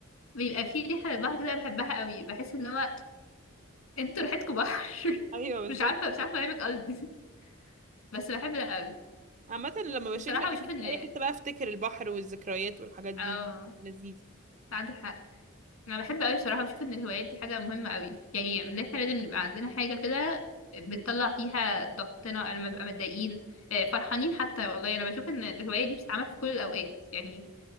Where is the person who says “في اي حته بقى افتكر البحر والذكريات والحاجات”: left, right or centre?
Right